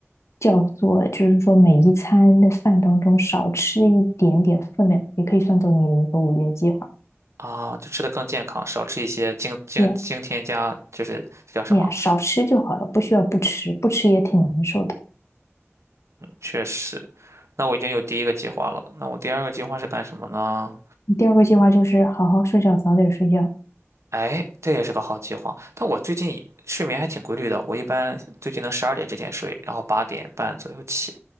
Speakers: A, on the left; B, on the right.
A: 叫做就是说每一餐的饭当中少吃一点点分量，也可以算作你的一个五月计划。
B: 啊就吃的更健康，少吃一些精精精添加，
A: 耶
B: 就是这叫什么？
A: 耶，少吃就好了，不需要不吃，不吃也挺难受的。
B: 确实。那我已经有第一个计划了，那我第二个计划是干什么呢？
A: 第二个计划就是好好睡觉，早点睡觉。
B: 哎，这也是个好计划。但我最近睡眠还挺规律的，我一般最近能十二点之前睡，然后八点半左右起。